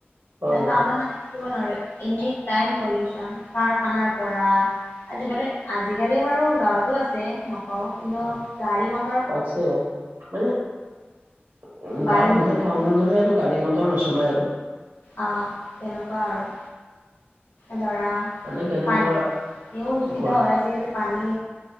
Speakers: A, on the right; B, on the left.
A: হয় হয়
B: টাউনত মানে থাকিবই নোৱাৰে এনি টাইম পলিউচন। কাৰখানাৰ পৰা আজি মানে আজিকালি বাৰু গাঁৱতো আছে নকওঁ কিন্তু গাড়ী ম
A: আছে মানে উম
B: বায়ু
A: গাঁৱত হ'লে টাউনৰ
B: তেনেকে
A: দৰে আৰু গাড়ী মটৰ নচলাই আৰু।
B: আঁ তেনেকুৱা আৰু। ধৰা
A: মানে কেনেকুৱা
B: পানী পানীও লুখিত
A: কোৱা
B: হয় আজিকালি পানী